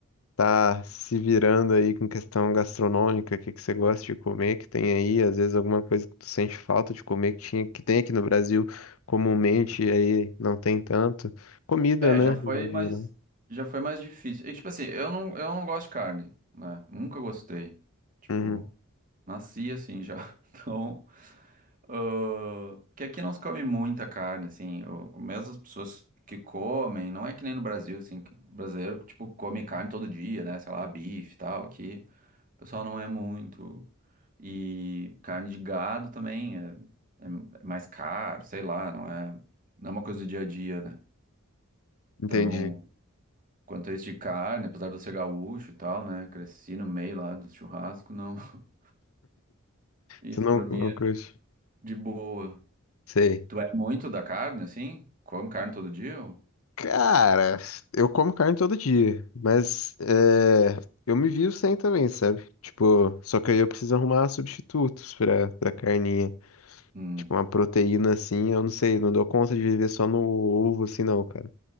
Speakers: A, on the left; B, on the right.
A: tá se virando aí com questão gastronômica, o que que você gosta de comer, que tem aí, às vezes alguma coisa que tu sente falta de comer, que tinha, que tem aqui no Brasil comumente, e aí não tem tanto. Comida,
B: é,
A: né,
B: já foi
A: em
B: mais.
A: geral.
B: Já foi mais difícil. E, tipo assim, eu não, eu não gosto de carne, né? Nunca gostei. Tipo,
A: Uhum,
B: nasci assim já. <laughs> Então. ah, que aqui não se come muita carne, assim. o- o Mesmo as pessoas que comem, não é que nem no Brasil, assim, que o brasileiro, tipo, come carne todo dia, né? Sei lá, bife e tal, aqui. O pessoal não é muito. E carne de gado também é, é é mais caro, sei lá, não é, não é uma coisa do dia a dia, né?
A: entendi.
B: Então, quanto a isso de carne, apesar de eu ser gaúcho e tal, né? Cresci no meio lá do churrasco, não. <laughs> Isso
A: Você não,
B: pra mim
A: não
B: é
A: curte?
B: de boa.
A: Sei.
B: Tu é muito da carne, assim? Come carne todo dia? ou-
A: Cara, eu como carne todo dia, mas é, eu me vivo sem também, sabe? Tipo, só que aí eu preciso arrumar substitutos pra, pra carninha.
B: Hum.
A: Tipo, uma proteína assim, eu não sei, não dou conta de viver só no ovo assim, não, cara.